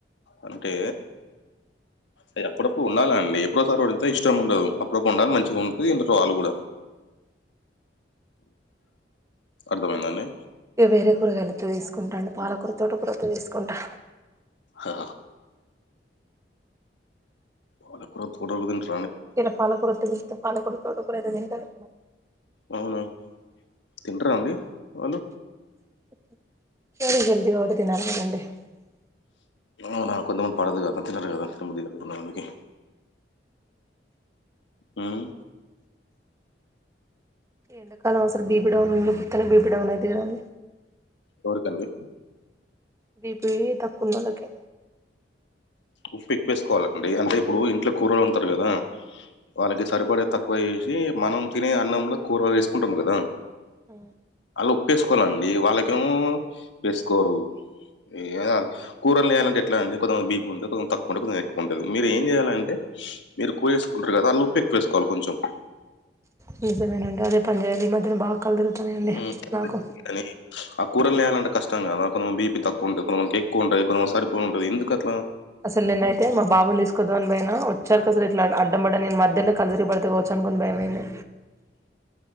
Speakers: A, on the left; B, on the right.
A: అంటే అది అప్పుడప్పుడు ఉండాల అండి ఎప్పుడో సార్ కూడాడింత ఇష్టం ఉండదు అప్పుడప్పుడు వండాలి మంచిగా వండితే తింటారు వాళ్ళు కూడా అర్థం అయిందా అండి
B: ఇ వేరే కూరగాయలు వస్తే తీసుకుంటాండి పాలకూర తోటకూర వత్తే తీసుకుంటా
A: ఆ వాల కూడా <unintelligible>
B: ఇక్కడ పాలకూరట్టతే పాలకూర తోట కూరదతే తింటాడు
A: అవును తింటార అండి వాళ్ళు
B: <inaudible>
A: అవునా కొంతమంది పడదు కాద తినారు కదా తినమంది కాదు తన్నారు అందుకే హ్మ్
B: ఎండాకాలం అసలు బీబీడౌన్ వళ పుతనే బీబీడౌన్ అయిది కాదండి
A: ఎవరికండి
B: బిపి తక్కున్నలకి
A: ఉప్పు ఎక్కు వేసుకోవాలండి అంటే ఇప్పుడు ఇంట్లో కూరలు వండుతారు కదా వాళ్ళకి సరిపడే తక్కువ వేసి మనం తినే అన్నంలో కూరలు వేసుకుంటాం కదా
B: ఆ
A: ఒప్పేసుకోవాలండి వాళ్ళకేమో వేసుకోరు ఏ కూరలు గాలంటే ఎట్లా అండి కొంత మందికి బీపి ఉండదు తక్కు ఉంటే కొది ఎక్కువ ఉంటది మీరు ఏంచేయాలంటే మీరు ఉప్పు వేసుకుంటారు కదాళ్ళు ఉప్పు ఎక్కువ వేసుకో కొంచెం
B: నిజమేనండి అదే పని చేయాలి ఈ మధ్యన బాగా కళ్లు తిరుగుతున్నాయండి
A: హ్మ్.
B: నాకు
A: కానీ ఆ కురల్నిలాంట కష్టం కాదా కొన్ బిపి తక్కువ ఉంటది కొందరికి సరిపోను ఉంటది ఎందుకు అట్
B: అసలు నేనైతే మా బాబులు తీసుకొద్దాం అని పోయిన వచ్చారు అసలు ఇట్లా అడ్డం పడ్డా నేను మధ్యలో కళ్ళు తరిబడుతుకోవచ్చు అనుకోని భయమయింది